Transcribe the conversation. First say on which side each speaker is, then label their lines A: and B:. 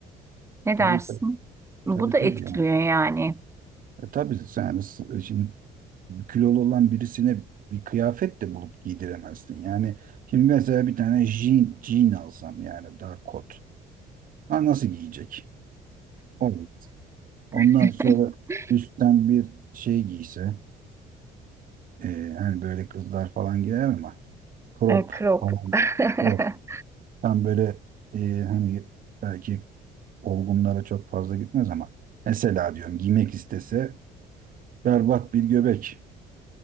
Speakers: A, on the right; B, on the right.
A: Ne
B: Tabii
A: dersin?
B: tabii.
A: Bu
B: Tabii
A: da
B: tabii
A: etkiliyor
B: yani.
A: yani.
B: E, tabii sen yani s- e, şimdi kilolu olan birisine bir kıyafet de bulup giydiremezsin. Yani şimdi mesela bir tane jean, jean alsam yani dar kot. Ha nasıl giyecek? Olmaz. Ondan
A: <laughs>
B: sonra üstten bir şey giyse e, hani böyle kızlar falan giyer ama crop
A: E, Krop.
B: falan
A: <laughs>
B: crop. Tam böyle e, hani belki olgunlara çok fazla gitmez ama mesela diyorum giymek istese berbat bir göbek.